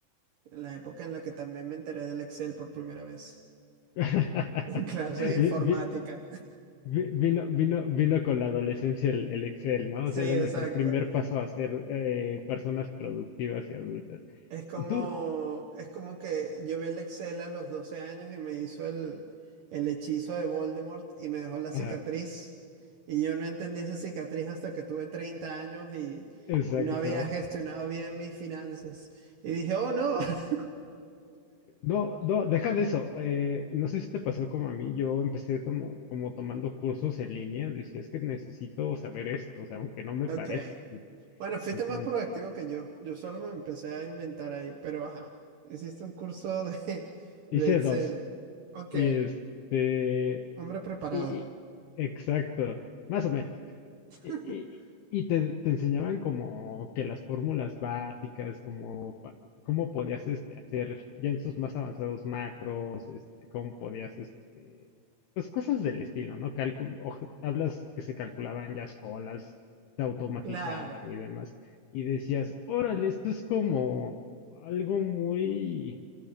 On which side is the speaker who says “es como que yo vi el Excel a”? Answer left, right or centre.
Right